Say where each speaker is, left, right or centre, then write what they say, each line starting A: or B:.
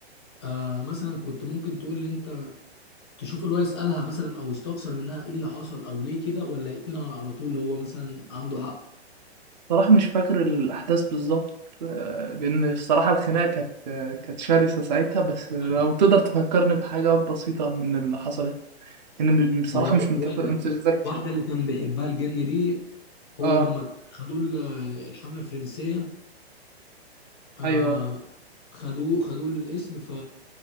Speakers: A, on the left; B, on the right.
A: آه مثلا كنت ممكن تقول ان انت تشوف اللي هو يسالها مثلا او يستفسر منها ايه اللي حصل او ليه كده ولا يقتلها على طول اللي هو مثلا عنده حق
B: صراحة مش فاكر الأحداث بالظبط آه، لأن الصراحة الخناقة كانت آه، كانت شرسة ساعتها بس لو
A: <laughs>
B: تقدر تفكرني بحاجة بسيطة من اللي حصلت إن بصراحة
A: هي
B: مش متف-
A: واحده
B: متذكر
A: واحده اللي كان بيحبها الجن دي هو
B: آه
A: لما خدوه ال- الحمله الفرنسيه آه
B: أيوه
A: خدوه خدوه الاسم ف